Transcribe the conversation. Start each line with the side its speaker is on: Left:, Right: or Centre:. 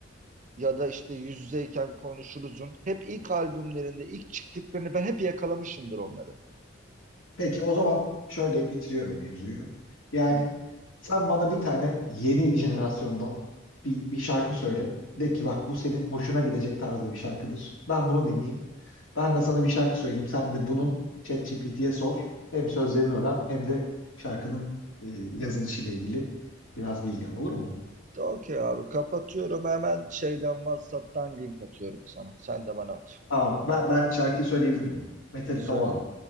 Right: ya da işte yüz yüzeyken konuşuruzun hep ilk albümlerinde ilk çıktıklarını ben hep yakalamışımdır onları.
Left: Peki o zaman şöyle bitiriyorum mevzuyu. Yani
Right: Hı.
Left: sen bana bir tane yeni jenerasyondan bir, bir şarkı söyle. De ki bak bu senin hoşuna gidecek tarzda bir şarkıdır. Ben bunu dinleyeyim. Ben de sana bir şarkı söyleyeyim. Sen de bunun ChatGPT'ye sor. Hem sözlerini öğren hem de şarkının e, yazılışıyla ilgili biraz bilgi al. Olur mu?
Right: De Okey abi kapatıyorum hemen şeyden WhatsApp'tan link atıyorum sana. Sen de bana at.
Left: Tamam. Ben, ben şarkıyı söyleyebilirim ama. Metallica
Right: Söyle.
Left: One.